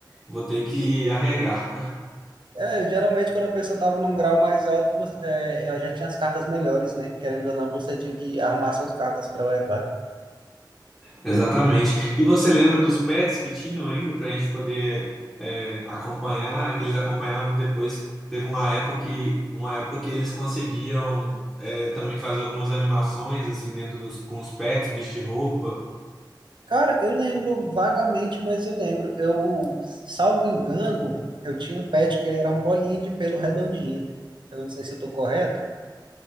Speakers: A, in the centre; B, on the right (about 75°).
A: vou ter que arregar.
B: É, geralmente quando a pessoa estava num grau mais alto, você- é, ela já tinha as cartas melhores, né? Querendo ou não, você tinha que arrumar suas cartas para levar.
A: Exatamente. E você lembra dos pets que tinham ainda para a gente poder é, acompanhar, que eles acompanhavam e depois teve uma época que, uma época que eles conseguiam é, também fazer algumas animações assim dentro dos com os pets, vestir roupa.
B: Cara, eu lembro vagamente, mas eu lembro. Eu, salvo engano, eu tinha um pet que ele era uma bolinha de pelo redondinho. Eu não sei se eu tô correto.